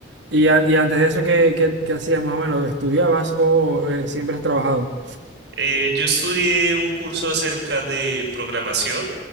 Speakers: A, on the right (about 85°); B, on the right (about 65°).
A: y, a- y antes de eso, ¿qué, qué- qué hacías más o menos? ¿Estudiabas o eh, siempre has trabajado?
B: Eh, yo estudié un curso acerca de programación